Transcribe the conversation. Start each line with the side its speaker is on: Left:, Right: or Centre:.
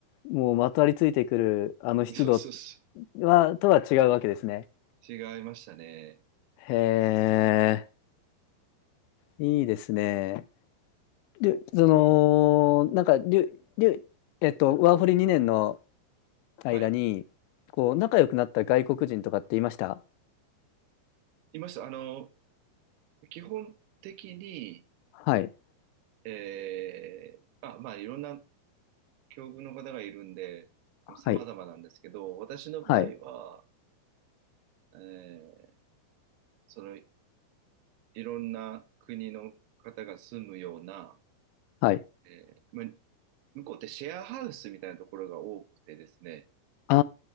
Left: もうまとわりついてくるあの湿度
Right: <laughs> そうそうそ
Left: は、とは違うわけですね。
Right: う。違いましたね。
Left: へえ、いいですね。で、その、なんか、りゅ、りゅ、えっと、ワーホリ2年の間に、
Right: はい。
Left: こう、仲良くなった外国人とかっていました
Right: いました。あの、基本的に、
Left: はい。
Right: えーまあ、まあ、いろんな境遇の方がいるんで、
Left: はい。
Right: 様々なんですけど、私の場合は、
Left: はい。
Right: えーその、いろんな国の方が住むような、
Left: はい。
Right: えーまあ、向こうってシェアハウスみたいなところが多くてですね、
Left: あ